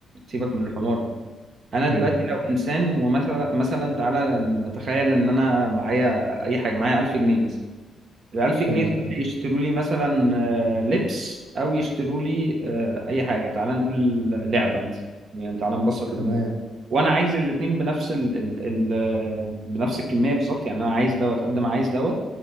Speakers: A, on the right (about 45°); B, on the right (about 75°).
A: سيبك من الحمار ده انا
B: مم.
A: دلوقتي لو انسان ومثلا مثلا تعالى نتخيل ان انا معايا اي حاجه معايا 1000 جنيه مثلا ال 1000 جنيه
B: تمام
A: دول يشتروا لي مثلا آه، لبس او يشتروا لي آه، اي حاجه تعالى نقول لعبه مثلا يعني تعالى نبسط الامور
B: تمام
A: وانا عايز الاتنين بنفس ال ال ال آه، بنفس الكميه بالظبط يعني انا عايز دوت قد ما عايز دوت